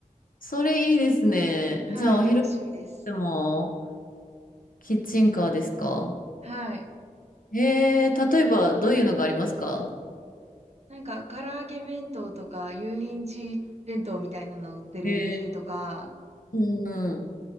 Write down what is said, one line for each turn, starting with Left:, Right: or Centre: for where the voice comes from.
Left: それいいですね。
Right: はい、
Left: じゃあ、お昼
Right: 楽しみです。
Left: でもキッチンカーですか
Right: はい。
Left: ええー例えばどういうのがありますか
Right: なんか、唐揚げ弁当とか、油淋鶏弁当みたいなのを売ってる店とか、
Left: ええーうんうん。